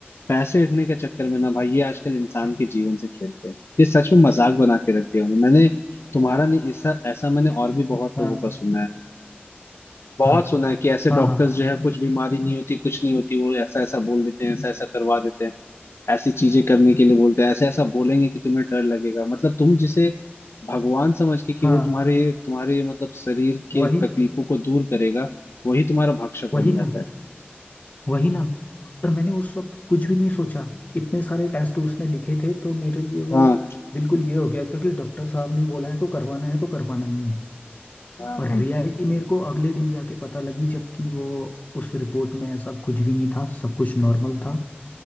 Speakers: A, on the left (about 85°); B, on the left (about 45°).
A: पैसे इतने के चक्कर में ना भाई ये आजकल इंसान के जीवन से खेलते हैं ये सच में मजाक बना के रख दिया उन्होंने मैंने तुम्हारा नहीं ऐसा ऐसा मैंने और भी बहुत
B: हाँ
A: लोगों का सुना है बहुत
B: हाँ
A: सुना है कि ऐसे
B: हाँ
A: डॉक्टर्स
B: हाँ
A: जो है कुछ बीमारी नहीं होती कुछ नहीं होती वो ऐसा ऐसा बोल देते हैं ऐसा ऐसा करवा देते हैं ऐसी चीजें करने के लिए बोलते हैं ऐसा ऐसा बोलेंगे कि तुम्हें डर लगेगा मतलब तुम जिसे भगवान समझ के कि
B: हाँ
A: वो तुम्हारे तुम्हारे मतलब शरीर के
B: वही
A: तकलीफों को दूर करेगा वही तुम्हारा भक्षक
B: वही
A: बन जाता
B: ना
A: है
B: वही ना पर मैंने उस वक्त कुछ भी नहीं सोचा इतने सारे टेस्ट उसने लिखे थे तो मेरे लिए वो
A: हाँ
B: बिल्कुल ये हो गया था कि डॉक्टर साहब ने बोला है तो करवाना है तो करवाना ही है
A: हाँ
B: और
A: हाँ
B: रियलिटी मेरे को अगले दिन जाके पता लगी जबकि वो उस रिपोर्ट में ऐसा कुछ भी नहीं था सब कुछ नॉर्मल था